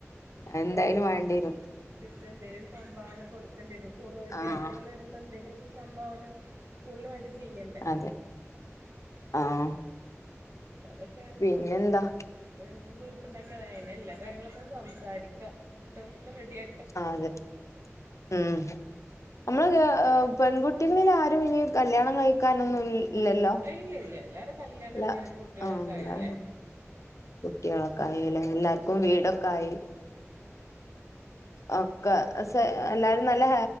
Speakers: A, on the left (about 75°); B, on the right (about 60°).
A: എന്തായാലും വേണ്ടി വരും
B: വിച്ചിട്ട എന്തേലും സംഭാവന കൊടുക്കേണ്ടി വരും പൂർവ്വ വിദ്യാർത്ഥികൾ
A: ആഹ്
B: വരു എന്തെങ്കിലും സംഭാവന സ്കൂളിന് വേണ്ടി ചെയ്യണ്ടേ
A: അതെ ആഹ്
B: ആ അപ്പൊ അതൊക്കെ ഉം
A: പിന്നെന്താ
B: അപ്പ നമുക്ക് ഗ്രൂപ്പുണ്ടാക്കിയ അ അതിനെ എല്ല കാര്യങ്ങളൊക്കെ സംസാരിക്കാം എന്നിട്ട് നമുക്ക് റെഡിയാക്കാം
A: അതെ
B: ഉം
A: ഉം നമ്മള് പെൺകുട്ടികളിൽ ആരും ഇനി കല്യാണം കഴിക്കാനൊന്നും ഇല്ലല്ലോ
B: ഇല്ല ഇല്ല എല്ലാരും കല്ല്യാണം
A: ഇല്ല
B: കഴഞ്ഞ് കുട്ടികളൊക്കെ
A: ആഹ് എല്ലാ
B: ആയില്ലേ
A: കുട്ടികളൊക്കെ
B: ആഹ്
A: ആയില്ലേ
B: ആഹ്
A: എല്ലാർക്കും വീടൊക്കെ
B: ആഹ്
A: ആയി
B: ആഹ് ആഹ്
A: ഒക്കെ എല്ലാരും നല്ല